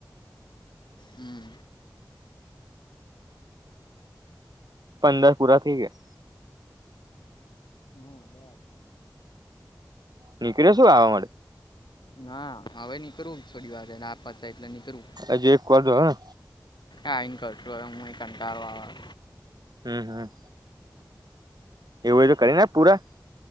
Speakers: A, on the left (about 85°); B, on the right (about 65°).
A: હમ
B: પંદર પૂરા થઈ ગયા.
A: હા બરાબર
B: નીકળ્યો શું આવા માટે?
A: ના હવે નીકરું થોડી વાર રહીને આ પતે એટલે નીકરું.
B: હજી એક કોલ રયો ને?
A: આઈ ન કરશું હવે હું એ કંટાળો આવે.
B: હમ હમ એવું હોય તો કરી નાખ પૂરા.